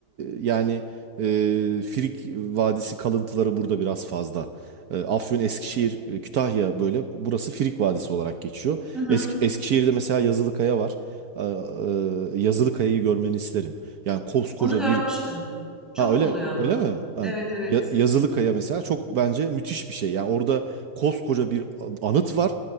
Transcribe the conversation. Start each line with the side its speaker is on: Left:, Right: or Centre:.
Right: e, yani e, Frig Vadisi kalıntıları burada biraz fazla. E, Afyon, Eskişehir, e, Kütahya böyle burası Frig Vadisi olarak geçiyor.
Centre: Hı hı.
Right: Esk Eskişehir'de mesela Yazılıkaya var. E, e, Yazılıkaya'yı görmeni isterim. Yani koskoca
Centre: Onu görmüştüm.
Right: bir
Centre: Çok
Right: Ha öyle
Centre: oluyor ama.
Right: öyle mi? Ha,
Centre: Evet evet.
Right: ya- Yazılı Kaya mesela çok bence müthiş bir şey. Yani orada koskoca bir anıt var